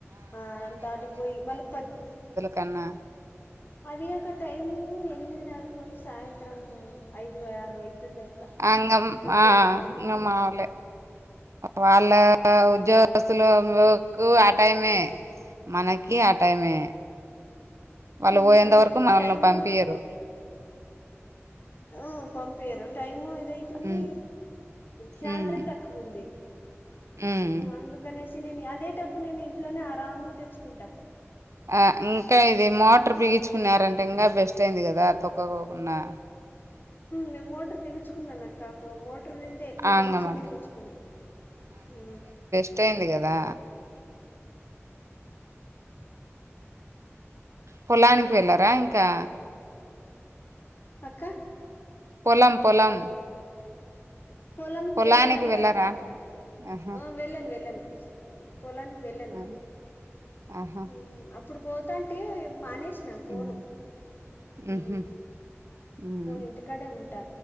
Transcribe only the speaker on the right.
కన్న
అంగ
ఆ
మావొళ్ళే వాళ్ళ ఉద్యోగ స్తులకు ఆ టైమే మనకి ఆ టైమే వాళ్ళు
పోయేంత వరకు మనల్ని
పంపియరు
ఉమ్
ఉమ్
ఉమ్
ఆ ఇంకా ఇది మోటర్ పిగించుకున్నారంటే ఇంకా బెస్ట్ అయింది కదా తొక్కకోకుండా
ఆ ఇంగ
మళ్ళీ
ట్ అయింది కదా పొలానికి వెళ్ళారా ఇంకా
పొలం పొలం
పొలానికి
వెళ్ళారా అంటున్న ఆహా
ఆ, ఆహా
ఉమ్
ఉహు ఉమ్